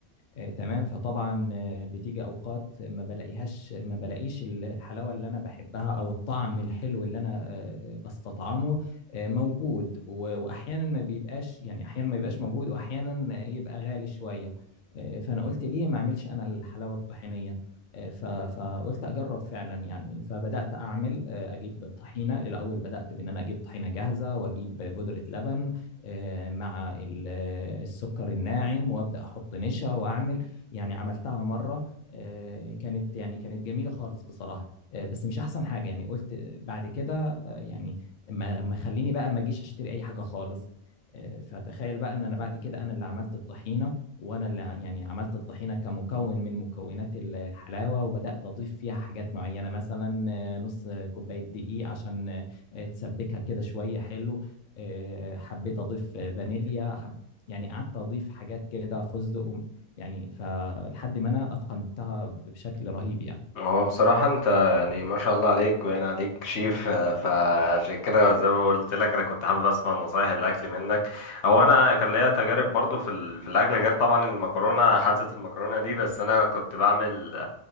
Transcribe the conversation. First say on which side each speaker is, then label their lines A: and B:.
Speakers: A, on the left; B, on the left.
A: آه، تمام فطبعا آه، بتيجي اوقات ما بلاقيهاش ما بلاقيش ال- الحلاوه اللي انا بحبها او الطعم الحلو اللي انا آه، بستطعمه آه، موجود و- واحيانا ما بيبقاش يعني احيانا ما بيبقاش موجود واحيانا آه، يبقى غالي شويه آه، فانا قلت ليه ما اعملش انا الحلاوه الطحينيه آه، ف- فقلت اجرب فعلا يعني فبدات اعمل آه، اجيب طحينه الاول بدات بان انا اجيب طحينه جاهزه واجيب بودره لبن آه، مع السكر الناعم وابدا احط نشا واعمل يعني عملتها مره آه، كانت يعني كانت جميله خالص بصراحه آه، بس مش احسن حاجه يعني قلت بعد كده آه، يعني ما ما خليني بقى ما اجيش اشتري اي حاجه خالص آه، فتخيل بقى ان انا بعد كده انا اللي عملت الطحينه وانا اللي يعني عملت الطحينه كمكون من مكونات الحلاوه وبدات اضيف فيها حاجات معينه مثلا آه، نص كوبايه دقيق عشان آه، تسبكها كده شويه حلو آه، حبيت اضيف فانيليا حب... يعني قعدت اضيف حاجات كده فستق وم- يعني فلحد ما انا اتقنتها بشكل رهيب يعني
B: هو بصراحة انت يعني ما شاء الله عليك باين عليك شيف آه، فعشان كده زي ما قلت لك انا كنت حابب اسمع نصايح الاكل منك هو انا كان ليا تجارب برضو في ال... في الاكل غير طبعا المكرونة حادثة المكرونة دي بس انا كنت بعمل